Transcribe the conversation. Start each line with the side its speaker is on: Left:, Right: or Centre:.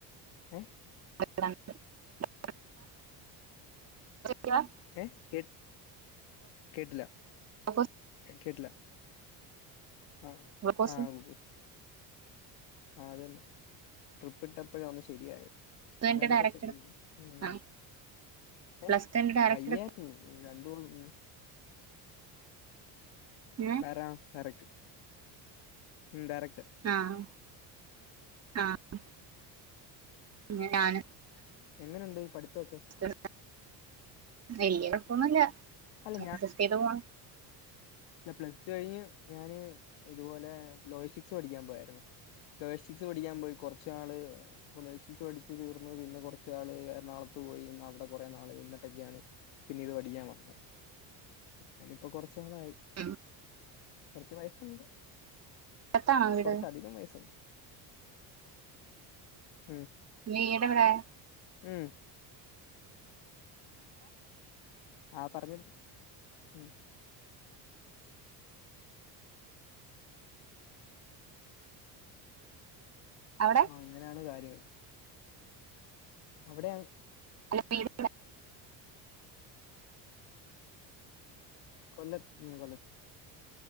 Left: ഏ..
Right: <inaudible> ഇയറാണ്
Left: ഏ.. കേ, കേട്ടില?
Right: ഗ്ലൂക്കോസ്
Left: ഞാൻ കേട്ടില്ല ആഹ്
Right: ഗ്ലൂക്കോസ്
Left: ആഹ്.. ആഹ് അതന്നെ.. ട്രിപ്പ് ഇട്ടപ്പോഴാ ഒന്ന് ശരിയായത്, ഇന്നലെ
Right: ന്റെ ഡയറക്ട്
Left: തൊട്ട് ഉം
Right: എടു
Left: ഉം...
Right: ആ പ്ലസ്
Left: ഏഹ്
Right: ടുന്റെ ഡയറക്ട്
Left: വയ്യായിരുന്നു
Right: എടു
Left: രണ്ടൂന്ന് ഉം..
Right: ഏഹ്
Left: വരാം. <unintelligible> ഉം ഡയറക്റ്റ്.
Right: ആഹ് ആഹ് പിന്നെ ഞാൻ,
Left: എങ്ങനെയുണ്ട് പഠിത്തമൊക്കെ
Right: <unintelligible> വല്യ കൊഴപ്പൊന്നുല്ല ഇങ്ങന
Left: അല്ല
Right: അഡ്ജസ്റ്റ് ചെയ്തു പോണു.
Left: ഇല്ല പ്ലസ് ടു കഴിഞ്ഞ് ഞാന്, ഇതുപോലെ ലോജിസ്റ്റിക്സ്- പഠിക്കാൻ പോയായിരുന്നു. ലോജിസ്റ്റിക്സ് പഠിക്കാൻ പോയി കുറച്ച് നാൾ- കൊലേശസ് പഠിച്ച് തീർന്ന്, പിന്നെ കുറച്ച് നാള് എറണാകുളത്ത് പോയി അവിടെ കുറേ നാള്- നിന്നിട്ടൊക്കെയാണ്- എന്നിട്ടൊക്കെയാണ്- പിന്നെ ഇത് പഠിക്കാൻ വന്നത്, അങ്ങനെ ഇപ്പോ കൊറച്ചു നാളായി.
Right: ഉം
Left: കുറച്ച് വയസുണ്ട്
Right: അടുത്താണോ വീട്
Left: കൊറച്ചധികം, വയസുണ്ട്. ഉം...
Right: വീടെവിടെ?
Left: ഉം... ആഹ് പറഞ്ഞിട് ഉം...
Right: <inaudible> അവിടെ-
Left: പ്പൊ അങ്ങനെയാണ് കാര്യങ്ങൾ. അവിടെയണ്.
Right: അല്ല വീട്-
Left: കൊല്ലത്ത് ഉം കൊല്ലത്ത്.